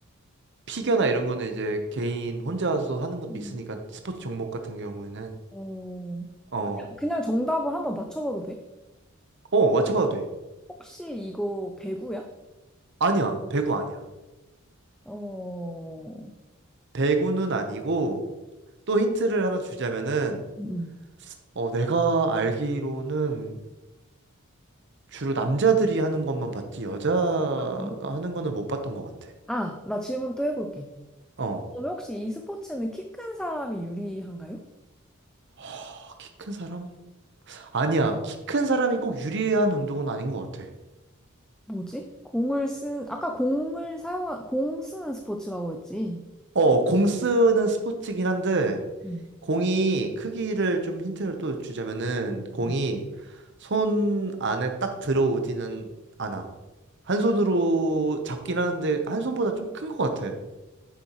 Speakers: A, on the right (about 55°); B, in the centre.
A: 피겨나 이런 거는 이제 개인 혼자서 하는 것도
B: 음.
A: 있으니까, 스포츠 종목 같은 경우에는,
B: 어,
A: 어,
B: 그냥, 그냥 정답을 한번 맞춰봐도 돼?
A: 어, 맞춰봐도 돼.
B: 혹시 이거 배구야?
A: 아니야, 배구 아니야.
B: 어,
A: 배구는 아니고, 또 힌트를 하나 주자면은,
B: 음.
A: 어, 내가 알기로는 주로 남자들이 하는 것만 봤지 여자가
B: 음.
A: 하는 거는 못 봤던 것 같아.
B: 아, 나 질문 또 해볼게.
A: 어.
B: 그러면 혹시 이 스포츠는 키 큰 사람이 유리한가요?
A: 아, 키큰 사람? 아니야. 키 큰 사람이 꼭 유리한 운동은 아닌 것 같아.
B: 뭐지? 공을 쓴, 아까 공을 사용한, 공 쓰는 스포츠라고 했지?
A: 어, 공 쓰는 스포츠긴 한데
B: 음.
A: 공이 크기를 좀 힌트를 또 주자면은 공이
B: 어,
A: 손 안에 딱 들어오지는 않아. 한 손으로 잡긴 하는데 한 손보다 좀 큰 것 같아.